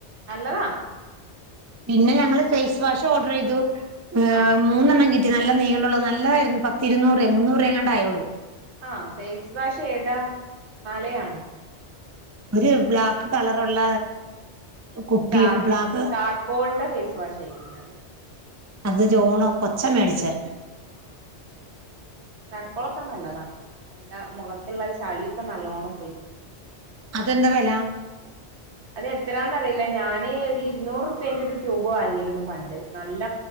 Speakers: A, on the right; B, on the right.
A: നല്ലതാ
B: പിന്നെ ഞങ്ങള് ഫേയ്സ് വാഷ് ഓർഡർ ചെയ്തു ഏഹ്
A: ആഹ്
B: മൂന്നെണ്ണം കിട്ടി നല്ല നീളുള്ള നല്ലതായിരുന്നു പത്തിരുന്നൂറു രുപയായി മുന്നൂറു രൂപയെങ്ങാണ്ടായുള്ളൂ
A: ആഹ് ഫേയ്സ് വാഷ് ഏതാ ഹിമാലയാണോ
B: ഒരു ബ്ലാക്ക് കളറുള്ള കുപ്പി
A: ചാർക്ക്
B: ബ്ലാക്ക്
A: ചാർക്കോളിന്റെ ഫേയ്സ് വാഷ് അയിരിക്കും എന്നാല്
B: അത് ജോണോ കൊച്ചാ മേടിച്ചെ
A: ആഹ് ആഹ് ചർപ്പോളൊക്കെ നല്ലതാ നല്ല മുഖത്തിലുള്ള ചളിയൊക്കെ നല്ലോണം പോയി കിട്ടും
B: അതെന്താ വില
A: അത് എത്രാന്നറിയില്ല ഞാന് ഒരു ഇരുന്നൂറുപ്യേന്റെ ഒരു ട്യൂബ് വാങ്ങിയിരുന്നു പണ്ട് നല്ല